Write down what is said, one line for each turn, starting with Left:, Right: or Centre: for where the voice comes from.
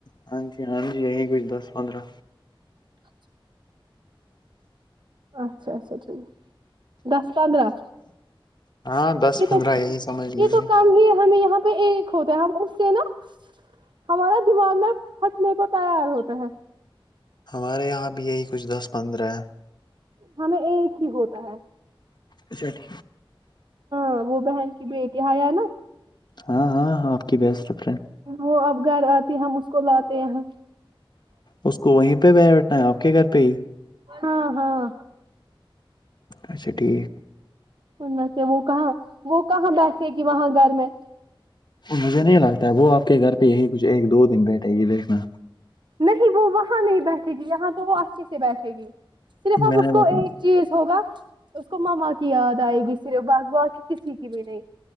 Left: ہاں جی ہاں جی یہی کوئی دس پندرہ
Right: اچھا اچھا اچھا ٹھیک دس پندرہ
Left: ہاں دس
Right: یہ
Left: پندرہ
Right: تو
Left: یہی سمجھ لیجیے
Right: یہ تو کام ہی ہمیں یہاں پہ ایک ہوتے ہیں ہم اس سے نہ ہمارا دماغ نہ پھٹنے کو تیار ہوتا ہے
Left: ہمارے یہاں بھی یہی کچھ دس پندرہ ہے
Right: ہمیں ایک ہی ہوتا ہے
Left: اچھاٹھیک
Right: ہا وہ بہن کی بیٹی حیا نا
Left: ہاں ہاں ہاں آپ کی بیسٹ فرینڈ
Right: وہ اب گھر آتی ہم اس کو لاتے یہاں
Left: اس کو وہیں پہ بیٹھنا ہے آپ کے گھر پہ ہی
Right: ہاں ہاں
Left: اچھا ٹھیک
Right: سنا کہ وہ کہاں وہ کہاں بیٹھے گ وہاں گھر میں
Left: مجھے نہیں لگتا ہے وہ آپ کے گھر پہ یہی کچھ ایک دو دن بیٹھے گی دیکھنا
Right: نہیں وہ وہاں نہیں بیٹھے گی یہاں تو وہ اچھے سے بیٹھے گی صرف اب
Left: میں نے
Right: اس کو
Left: بتا
Right: ایک چیز ہوگا اس کو ماما کی یاد آئے گی صرف بس با کی کسی کی بھی نہیں